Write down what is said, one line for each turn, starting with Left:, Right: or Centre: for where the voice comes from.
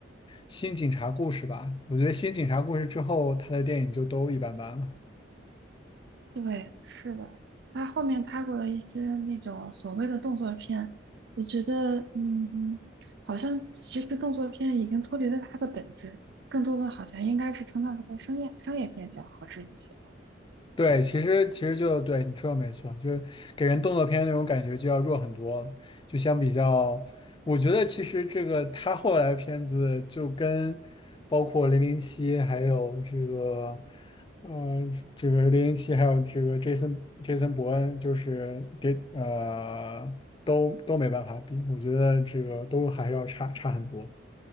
Left: 《新警察故事》吧。我觉得《新警察故事》之后，他的电影就都一般般了。
Right: 对，是的，他后面拍过的一些那种所谓的动作片，我觉得，嗯，好像其实动作片已经脱离了它的本质，更多的好像应该是称它为商业商业片比较合适一些。
Left: 对，其实其实就对你说的没错，就是给人动作片那种感觉就要弱很多了。就相比较，我觉得其实这个他后来的片子就跟包括《零零七》还有这个，嗯、这个《零零七》还有这个 Jason Jason 伯恩，就是给呃都都没办法比，我觉得这个都还是要差差很多。